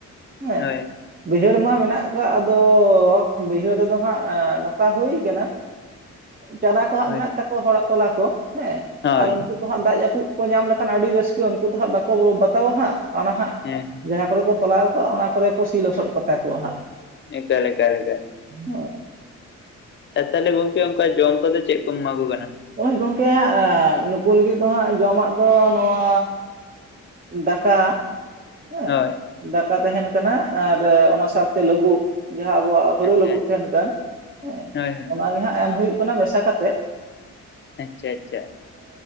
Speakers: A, on the right; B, on the left.
A: ᱦᱮᱸ
B: ᱦᱳᱭ
A: ᱵᱟᱹᱭᱦᱟᱹᱲ ᱢᱟ ᱢᱮᱱᱟᱜ ᱠᱟᱜ ᱟᱫᱚ ᱵᱟᱹᱭᱦᱟᱹᱲ ᱨᱮᱫᱚ ᱦᱟᱸᱜ ᱱᱚᱝᱠᱟ ᱦᱩᱭ ᱠᱟᱱᱟ ᱪᱟᱨᱟ ᱠᱚ ᱦᱟᱸᱜ
B: ᱦᱳᱭ
A: ᱢᱮᱱᱟᱜ ᱛᱟᱠᱚᱣᱟ ᱦᱚᱲᱟᱜ ᱛᱚᱞᱟ ᱠᱚ ᱦᱮᱸ
B: ᱦᱳᱭ
A: ᱟᱨ ᱩᱱᱠᱩ ᱩᱱ ᱦᱟᱸᱜ ᱫᱟᱜ ᱡᱟᱹᱯᱩᱫ ᱠᱚ ᱧᱟᱢ ᱞᱮᱠᱷᱟᱱ ᱟᱹᱰᱤ ᱨᱟᱹᱥᱠᱟᱹ ᱩᱱᱠᱩ ᱫᱚ ᱦᱟᱸᱜ ᱵᱟᱠᱚ ᱵᱟᱛᱟᱣᱟ ᱦᱟᱸᱜ ᱚᱱᱟ ᱦᱟᱸᱜ
B: ᱦᱮᱸ
A: ᱡᱟᱦᱟᱸ ᱠᱚᱨᱮ ᱠᱚ ᱛᱚᱞᱟᱣ ᱠᱟᱜᱼᱟ ᱚᱱᱟ ᱠᱚᱨᱮ ᱠᱚ ᱥᱤ ᱞᱚᱥᱚᱫ ᱠᱟᱛᱟ ᱠᱚᱣᱟ ᱦᱟᱸᱜ
B: ᱮᱠᱟᱞ ᱮᱠᱟᱞ ᱮᱠᱟᱞ
A: <inaudible>
B: ᱟᱨ ᱛᱟᱦᱚᱸᱞᱮ ᱜᱚᱝᱠᱮ ᱚᱱᱠᱟ ᱡᱚᱢ ᱠᱚᱫᱚ ᱪᱮᱫ ᱠᱚᱢ ᱮᱢᱟ ᱠᱚ ᱠᱟᱱᱟ
A: ᱦᱚᱭ ᱜᱚᱝᱠᱮ ᱦᱟᱸᱜ ᱱᱩᱠᱩ ᱞᱟᱹᱜᱤᱫ ᱫᱚ ᱦᱟᱸᱜ ᱡᱚᱢᱟᱜ ᱫᱚ ᱱᱚᱣᱟ ᱫᱟᱠᱟ ᱦᱮᱸ
B: ᱦᱳᱭ
A: ᱫᱟᱠᱟ ᱛᱟᱦᱮᱱ ᱠᱟᱱᱟ ᱟᱨ ᱚᱱᱟ ᱥᱟᱶᱛᱮ ᱞᱩᱵᱩᱜ ᱡᱟᱦᱟᱸ ᱟᱵᱚᱣᱟᱜ ᱦᱳᱲᱳ
B: ᱟᱪᱪᱷᱟ
A: ᱞᱳᱵᱳᱜ
B: ᱟᱪᱪᱷᱟ
A: ᱛᱟᱦᱮᱱ ᱠᱟᱱ ᱦᱮᱸ
B: ᱦᱳᱭ ᱦᱳᱭ
A: ᱚᱱᱟ ᱜᱮ ᱦᱟᱸᱜ ᱮᱢ ᱦᱩᱭᱩᱜ ᱠᱟᱱᱟ ᱢᱮᱥᱟ ᱠᱟᱛᱮ
B: ᱟᱪᱪᱷᱟ ᱟᱪᱪᱷᱟ